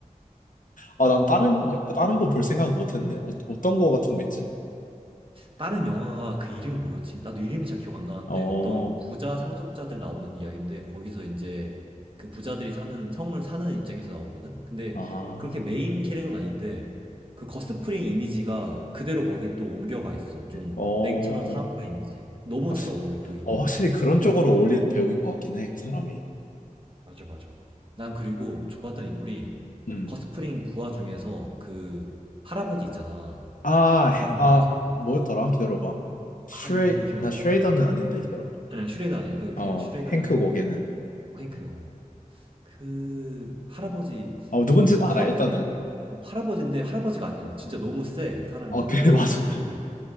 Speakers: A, on the left (about 70°); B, on the right (about 40°).
A: 아, 난 다른, 여- 다른 거 볼 생각은 못 했네. 어, 어떤 거 같은 거 있지?
B: 다른 영화가 그 이름이 뭐였지? 나도 이름이 잘 기억 안 나는데
A: 어,
B: 어떤 부자 상속자들 나오는 이야기인데 거기서 이제 그 부자들이 사는 성을 사는 입장에서 나오거든. 근데
A: 아,
B: 그렇게 메인 캐릭은 아닌데 그 거스프링 이미지가 그대로 거기에 또 옮겨가 있어. 좀
A: 어,
B: 냉철한 사업가 이미지? 너무
A: 확실히,
B: 잘 어울려 그 이미지가.
A: 어, 확실히 그런 쪽으로 어울리는 배우인 것 같긴 해, 그 사람이.
B: 맞아, 맞아. 난 그리고 좋았던 인물이
A: 음,
B: 거스프링 부하 중에서 그 할아버지 있잖아.
A: 아, 해,
B: 이름이
A: 아,
B: 뭐였지?
A: 뭐였더라? 기다려봐. 슈레이,
B: 아, 이름이 기억
A: 나
B: 안
A: 슈레이더는
B: 나는데.
A: 아닌데, 기다려봐.
B: 아니야, 슈레더 아니야. 그,
A: 어,
B: 걔 슈레더는
A: 행크 고게는.
B: 그 행크, 어. 그 할아버지,
A: 어, 누군지는
B: 할아버지,
A: 알아, 일단은.
B: 어, 할아버지인데 할아버지가 아니야. 진짜 너무 세, 사람이.
A: 어, 그래,
B: 목도
A: <laughs> 맞아.
B: 굵고.